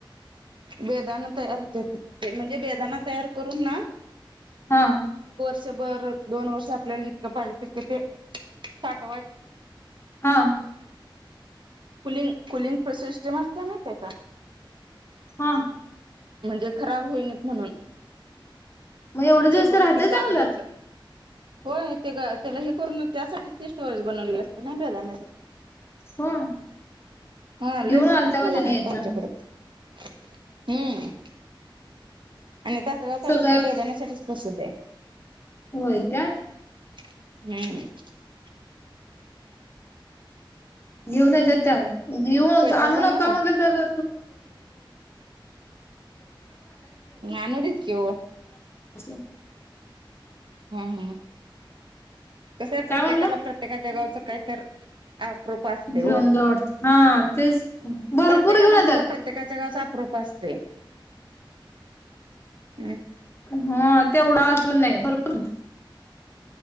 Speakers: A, on the right; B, on the left.
A: बेदान तयार हुत्यात तिथं. म्हणजे बेदाना तयार करून ना.
B: हा
A: <unintelligible>
B: हा?
A: <unintelligible>
B: हा
A: म्हणजे, खराब होईनत म्हणून,
B: मग एवढे दिवस
A: चेंबर
B: राहतय
A: असतात
B: चांगलं
A: गारव्याचं. हो ते त्याला हे करून त्यासाठीच बनवलेले असते ना बधानण्यासाठी
B: हो
A: <unintelligible>
B: घेऊन आलता बघ त्यांनी येताना.
A: हम्म- आणि तसं, तालुका
B: सगळ्या
A: बेदाण्याा साठीच प्रसिद्ध आहे.
B: होय का!
A: <inaudible>
B: घिऊन येत्यात त्या, घिऊनच.
A: स्वयंपाक
B: आणू
A: बनवला?
B: नका, म्हणलं तर -
A: आणू देत की ओ
B: <unintelligible> <unintelligible>
A: ह्या, ह्या <unintelligible>
B: काय म्हणला?
A: <unintelligible>
B: घेऊन जा वाटतं हा तेच भरपूर घेऊन येतात.
A: <unintelligible>
B: <unintelligible>